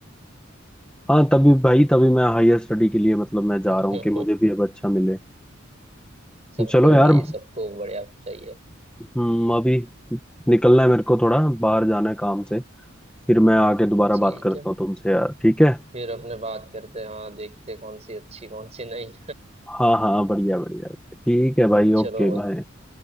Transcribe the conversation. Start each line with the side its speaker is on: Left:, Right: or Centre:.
Centre: हाँ तभी भाई तभी मैं हायर स्टडी के लिए मतलब मैं जा
Right: <laughs>
Centre: रहा हूँ कि मुझे भी अब अच्छा मिले
Right: सबको
Centre: चलो यार
Right: भाई सबको बढ़िया चाहिए
Centre: हम्म, अभी निकलना है मेरे को थोड़ा बाहर जाना है काम से फिर मैं आके दोबारा
Right: ठीक
Centre: बात करता
Right: है
Centre: हूँ तुमसे यार ठीक है
Right: फिर अपने बात करते हैं हाँ देखते हैं कौन सी अच्छी कौन सी नहीं
Centre: हाँ हाँ बढ़िया बढ़िया बढ़िया। ठीक है भाई
Right: <laughs>
Centre: ओके
Right: चलो भाई
Centre: बाय